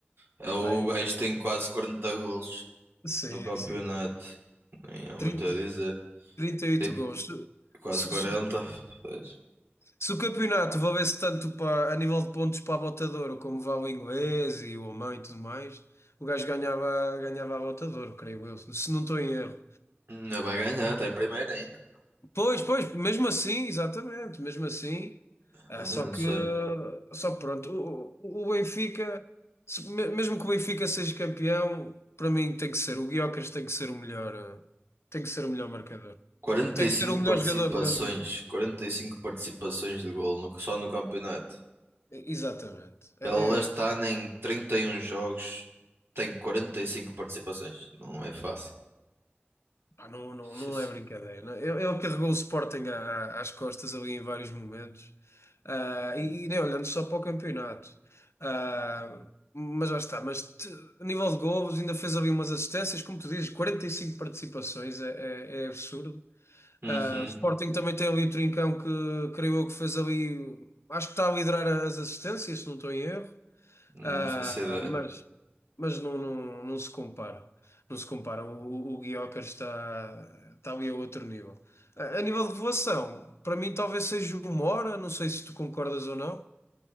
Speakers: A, on the right; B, on the left.
A: É o
B: Vai,
A: gajo que tem quase 40 golos
B: sim,
A: no campeonato.
B: sim.
A: Nem há muito
B: 30,
A: a dizer.
B: 38
A: Tem
B: gols. Se,
A: quase
B: se-
A: 40.
B: se-
A: Pois.
B: se o campeonato valesse tanto para, a nível de pontos para a Bota de Ouro como vale o inglês e o alemão e tudo mais, o gajo ganhava, ganhava a Bota de Ouro, creio eu, se não estou em erro.
A: Ainda vai ganhar, está em primeiro ainda.
B: Pois, pois, mesmo assim, exatamente, mesmo assim. Ah,
A: Ah,
B: só
A: eu não
B: que,
A: sei.
B: só que pronto, o, o- o Benfica, se- me- mesmo que o Benfica seja campeão, para mim tem que ser, o Gyökeres tem que ser o melhor, ah, tem que ser o melhor marcador.
A: 45
B: Tem que ser o melhor
A: participações,
B: jogador, o melhor jogador.
A: 45 participações de golo no- só no campeonato.
B: E- Exatamente. É,
A: Ele está
B: é,
A: em 31 jogos, tem 45 participações. Não é fácil.
B: Pá, não, não,
A: Sim,
B: não
A: sim.
B: é brincadeira. não. é? Ele, ele carregou o Sporting à- à- às costas ali em vários momentos. Ah, e, e nem olhando só para o campeonato. Ah, mas já está. Mas te- a nível de golos, ainda fez ali umas assistências, como tu dizes, 45 participações, é, é- é absurdo.
A: Uhum.
B: Ah, o Sporting também tem ali o Trincão que creio eu que fez ali. Acho que está a liderar as assistências, se não estou em erro.
A: Não
B: Ah,
A: faço ideia.
B: mas mas não, não, não se compara. Não se compara. O, o, o Gyökeres está, está ali a outro nível. A, a nível de voação, para mim talvez seja o Mora, não sei se tu concordas ou não.